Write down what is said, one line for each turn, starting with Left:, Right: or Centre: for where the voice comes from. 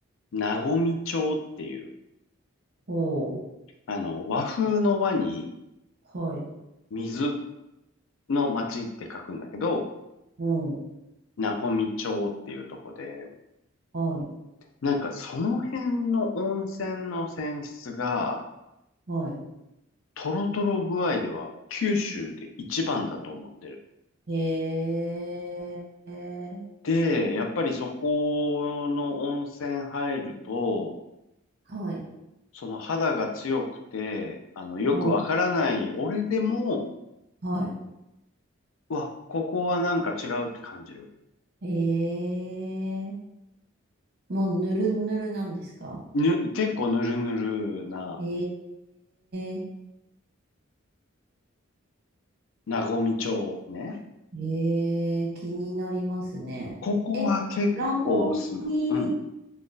Left: 和水町っていう、
Right: ほう、
Left: あの、和風の和に
Right: はい、
Left: 水の町って書くんだけど、
Right: うん、
Left: 和水町っていうとこで、
Right: はい、
Left: なんかその辺の温泉の泉質が、
Right: はい。
Left: トロトロ具合では九州で一番だと思ってる。
Right: へえ、
Left: で、やっぱりそこの温泉入ると、
Right: はい、
Left: その肌が強くて、あの、よくわからない、
Right: うん、
Left: 俺でも、
Right: は
Left: うわ、ここはなんか違うって感じる。
Right: い。ええ、もうぬるぬるなんですか
Left: ぬ、結構ぬるぬるな、
Right: ええ、
Left: なごみ町ね。
Right: ええ、気になりますね。
Left: ここは結構おすすめ。
Right: え、ラゴミ
Left: うん。